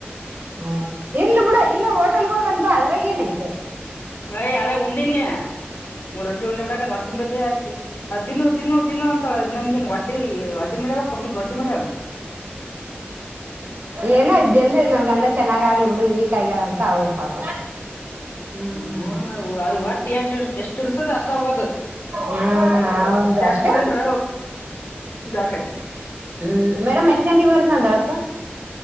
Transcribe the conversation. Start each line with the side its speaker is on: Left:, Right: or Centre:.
Right: ಹ ಇರ್ಲಿ ಬಿಡು ಇಲೇ ಹೋಟೆಲ್ಗ ಹೋಗನ್ ಬಾ ಅದ್ರಾಗ ಏನೈತೆ.
Left: ನಯ್ ಅಲ್ಲೇ ಉಂಡಿನಿ ಮೂರ್ ರೊಟ್ಟಿ ಉಂಡಿ ಬಿಡಕ ಹೊರ್ ತುಂಬೈತಿ ಅಕಿ. ಅ ತಿನ್ನು ತಿನ್ನು ತಿನ್ನು ಅಂತಳ ನನ್ಗೆನ್ ಹೊಟ್ಟಿ ಹೊಟ್ಟಿ ಮಾಡ್ಯಳ ಕಬ್ಬಣ್ದು ದೋಟ್ಟಿ ಮಾಡ್ಯಳ.
Right: ಏನ ಜಲ್ದಿ ನನ್ ಗಂಡ ಚೆನ್ನಾಗ್ ಆಗ್ಲ್ ಬಿಡು ವೀಕ್ ಆಗ್ಯಳ ಅಂತ ಅವ್ಳು. ಪಾಪ. ಹ್ಮ್
Left: ಹ್ಮ ಅವೂ ಅದ ಹೊಟ್ಟಿ ಎಷ್ಟ ಎಷ್ಟ ಹಿಡ್ಸದ ಅಷ್ಟ ಹೋಗದು.
Right: ಹಾ ಹೌದು
Left: ಜಾಸ್ತಿ
Right: ಅಷ್ಟೇ
Left: ಉಂಡ್ರ ಇದ ಆಕೈತಿ.
Right: ಹ್ಮ್ ಮೇಡಮ ಹೆಸ್ಟ್ ಗಂಟೆಗೆ ಬರ್ತೀನಂದಳಪ್ಪ.